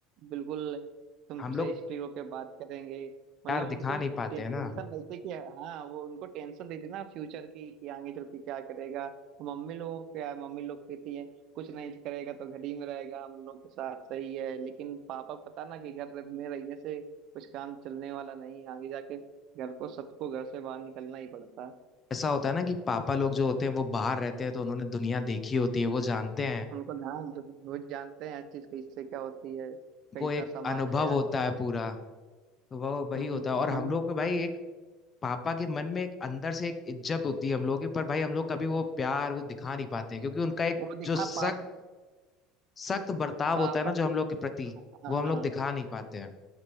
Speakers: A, on the right (about 55°); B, on the left (about 25°).
A: बिल्कुल तुमसे
B: हम लोग
A: स्ट्रिक्ट होके बात करेंगे
B: प्यार
A: मतलब
B: दिखा
A: उनको
B: नहीं पाते
A: टे, टेंशन
B: हैं ना
A: रहती कि हाँ वो उनको टेंशन रहती ना फ्यूचर की कि आगे चल के क्या करेगा तो मम्मी लोगों को क्या है, मम्मी लोग कहती है कुछ नहीं करेगा तो घर ही में रहेगा हम लोग के साथ सही है लेकिन पापा को पता ना कि घर में रहने से कुछ काम चलने वाला नहीं है आगे जाके घर को सबको घर से बाहर निकलना ही पड़ता है
B: ऐसा होता है ना कि पापा लोग जो होते हैं वो बाहर रहते हैं तो उन्होंने दुनिया देखी होती है वो जानते हैं
A: उनको ध्यान जो वो जानते हैं हर चीज कैसे क्या होती है
B: उनको
A: कैसा
B: एक
A: समाज
B: अनुभव
A: है
B: होता
A: आज का
B: है पूरा तो वो
A: हम्म,
B: वही होता है और हम
A: मम्मी
B: लोग को भाई एक पापा के मन में एक अंदर से एक इज्जत होती है हम लोगों की पर भाई हम लोग कभी वो प्यार वो दिखा नहीं पाते हैं क्योंकि उनका एक
A: वो दिखा
B: जो सख्त
A: पाप
B: सख्त बर्ताव
A: पापा
B: होता है ना जो
A: के
B: हम लोग के प्रति
A: हाँ
B: वो हम लोग दिखा नहीं पाते हैं